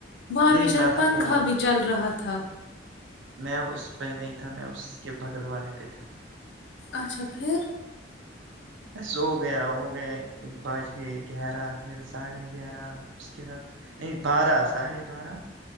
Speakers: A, on the left; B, on the right.
A: وہاں
B: دیکھ
A: پہ شاید
B: رہا تھا
A: پنکھا
B: فون
A: بھی چل رہا تھا
B: میں اس پہ نہیں تھا میں اس کے بگل والے پہ تھا
A: اچھا پھر
B: بس سو گیا ہو گیا بج گیے گیارہ پھر ساڑھے گیارہ اس کے ساتھ نہیں بارہ ساڑھے بارہ